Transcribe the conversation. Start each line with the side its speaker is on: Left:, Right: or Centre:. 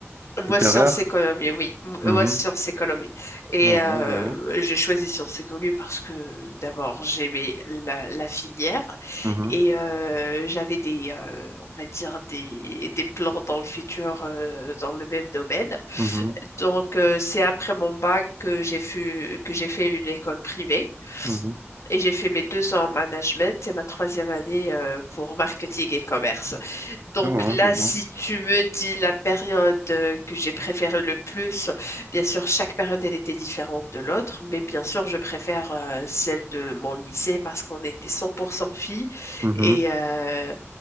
Left: Moi,
Right: littéraire.
Left: sciences économie, oui. Moi,
Right: Mhm.
Left: sciences économie. Et
Right: Je vois,
Left: euh,
Right: je vois.
Left: j'ai choisi sciences économie parce que d'abord, j'aimais la, la filière
Right: Mhm,
Left: et euh, j'avais des, euh, on va dire, des, des plans dans le futur euh, dans le même domaine.
Right: mhm,
Left: Donc, euh, c'est après mon bac que j'ai fu- que j'ai fait une école privée.
Right: mhm.
Left: Et j'ai fait mes deux ans en management et ma troisième année euh, pour marketing et commerce. Donc
Right: Je vois,
Left: là,
Right: je vois.
Left: si tu me dis la période euh, que j'ai préférée le plus, bien sûr, chaque période, elle était différente de l'autre, mais bien sûr, je préfère euh, celle de mon lycée parce qu'on était 100% filles
Right: Mhm.
Left: et, euh,